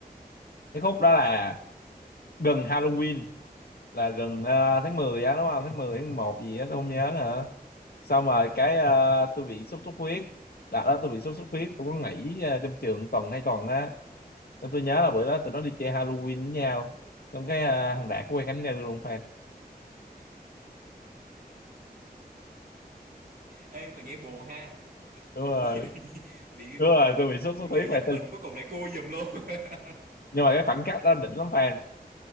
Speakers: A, on the left; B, on the right.
A: cái khúc đó là gần Halloween là gần ờ, tháng 10 á đúng không tháng 10 tháng một gì á tôi không nhớ nữa xong rồi cái ờ, tôi bị sốt xuất huyết đợt đó tôi bị sốt xuất huyết tôi có nghỉ ờ, trong trường tuần hai tuần á nên tôi nhớ là bữa đó tụi nó đi chơi Halloween với nhau xong cái ờ, thằng Đạt quen Khánh Như luôn fan
B: Ê mà nghe buồn ha. <laughs>
A: đúng rồi
B: Nghe tự nhiên bị
A: đúng rồi tôi bị sốt
B: người
A: xuất huyết mà
B: giúp mình
A: tôi
B: cuối cùng lại cô giùm luôn. <laughs>
A: nhưng mà cái khoảnh khắc đó đỉnh lắm fan